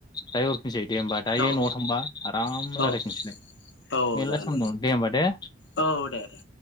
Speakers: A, on the left; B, on the left.
A: दायो हरफिनसै दे होमबा दायो
B: औ
A: न'आव थांबा आराम
B: औ
A: रायलाय फिनसैलाय
B: औ
A: मेरला
B: औ जागोन
A: सम दं दे होमबा दे।
B: औ दे दे